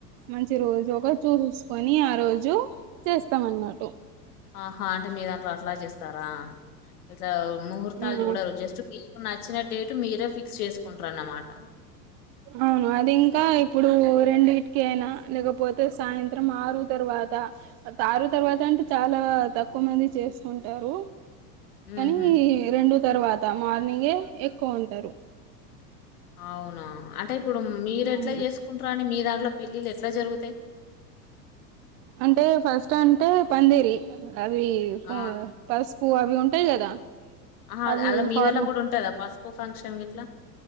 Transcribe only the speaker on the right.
మంచి రోజు ఒగ చూసేసుకొని ఆ రోజు చేస్తాం అన్నామాట
ఆ
అవును అది ఇంకా ఇప్పుడూ రెండిటికేనా లేకపోతే సాయంత్రం ఆరు తర్వాత ఆరు తర్వాత అంటే చాలా తక్కువ మంది చేసుకుంటారు
కానీ రెండు తర్వాత మార్నింగే ఎక్కువ ఉంటారు
అవును
అంటే ఫస్ట్ అంటే పందిరి అవి
పసుపు అవి ఉంటాయి కదా
అవి
ఫార్మ